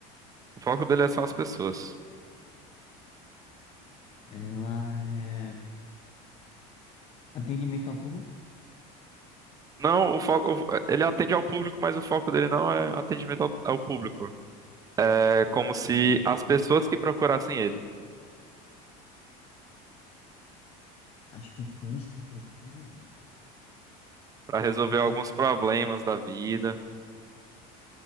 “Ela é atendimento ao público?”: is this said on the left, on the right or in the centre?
Left